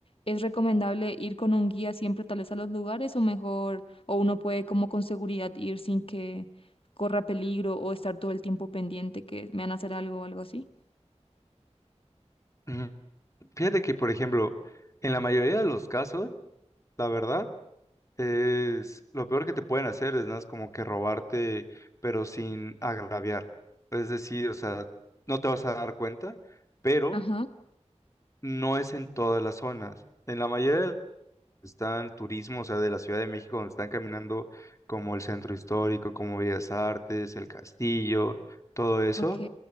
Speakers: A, on the left; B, on the left.
A: es recomendable ir con un guía siempre tal vez a los lugares o mejor, o uno puede como con seguridad ir sin que corra peligro o estar todo el tiempo pendiente que me van a hacer algo o algo así.
B: Mm, Fíjate que, por ejemplo, en la mayoría de los casos, la verdad, es lo peor que te pueden hacer es nada más como que robarte, pero sin agraviar. Es decir, o sea, no te vas a dar cuenta, pero
A: Ajá,
B: no es en todas las zonas. En la mayoría de las está el turismo, o sea, de la Ciudad de México, donde están caminando como el centro histórico, como Bellas Artes, el castillo, todo eso.
A: ok.